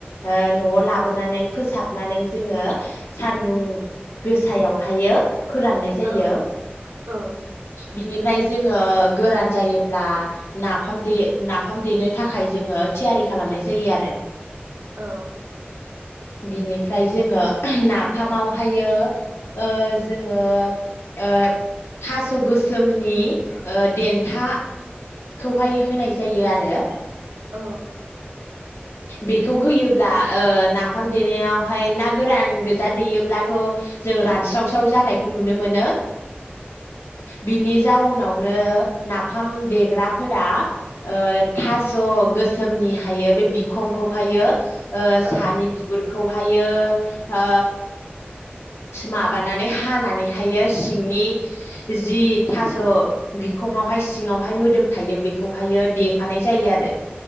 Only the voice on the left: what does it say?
ओ न'आव लाबोनानै फोसाबनानै जोङो सानदुं गोसायावहायो फोराननाय जायो।
बिनिफ्राय जोङो गोरान जायोब्ला नाफाम दे नाफाम देनो थाखाय जोङो थियारि खालामनाय जायो आरो
बिनिफ्राय जोङो नाफामावहायो ओ जोङो ओ थास' गोसोमनि देन्था खौहाय होनाय जायो आरो <inaudible>
बेखौ होयोब्ला ओ नाफाम देनायावहाय ना गोरान गोजा देयोब्लाथ' जों रानस्रावस्राव जानायखौ नुनो मोनो। बिनि जउनाव ओ नाफाम देग्रा फोरा ओ थास' गोसोमनि हायो। बे बिखंखौहायो ओ
सानि बिगुरखौहायो ओ माबानानै हानानैहायो सिंनि जि थास' बिखङावहाय सिङावहाय मोदोम थायो बेखौहायो देफानाय जायो आरो